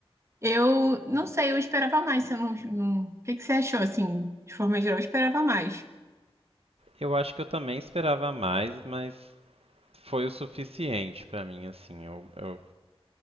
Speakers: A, on the right; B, on the right.
A: Eu não sei, eu esperava mais. Você não, não... O que que você achou, assim, de forma geral? Eu esperava mais.
B: Eu acho que eu também esperava mais, mas foi o suficiente pra mim, assim. Eu, eu